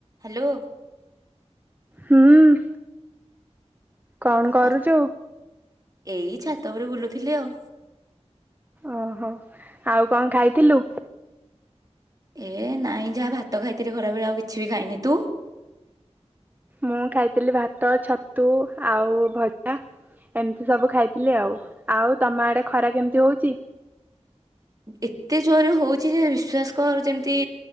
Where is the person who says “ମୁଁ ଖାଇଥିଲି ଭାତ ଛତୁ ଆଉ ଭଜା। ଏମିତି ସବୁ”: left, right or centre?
Right